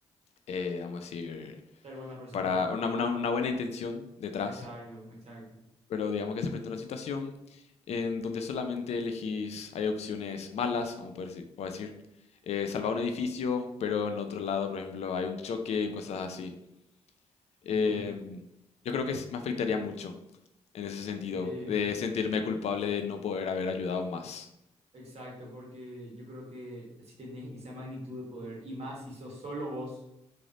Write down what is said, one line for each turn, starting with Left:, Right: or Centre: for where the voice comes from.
Left: eh, vamos a decir,
Right: Ser buena persona.
Left: para una, una- una buena intención detrás,
Right: Exacto, exacto.
Left: pero digamos que se presenta una situación en donde solamente elegís, hay opciones malas, vamos a poder deci- por decir, eh, salvar un edificio, pero en otro lado, por ejemplo, hay un choque y cosas así. Em,
Right: Entiendo.
Left: yo creo que es- me afectaría mucho en ese sentido,
Right: Sí,
Left: de sentirme culpable de no poder haber ayudado más,
Right: exacto, porque yo creo que si tenés esa magnitud de poder, y más si sos solo vos,